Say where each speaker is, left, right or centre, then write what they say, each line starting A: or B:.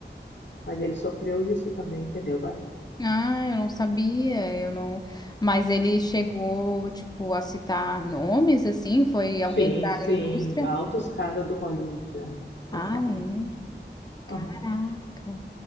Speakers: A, on the left; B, on the left.
A: Mas ele sofreu isso também, entendeu, Bárbara?
B: Ah, eu não sabia, eu não. Mas ele chegou, tipo, a citar nomes, assim? Foi
A: Sim,
B: alguém da
A: sim.
B: indústria?
A: Altos caras do Hollywood é, se passar
B: Ah,
A: com.
B: é. Caraca.
A: Aham.